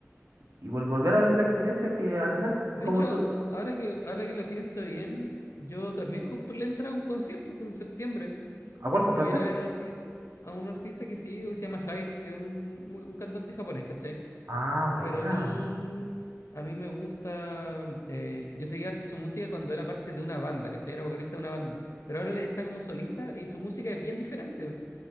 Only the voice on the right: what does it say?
y, y vol- volver a vivir la experiencia que al final,
como
tú,
¿a cuál compraste?
Ah, bueno.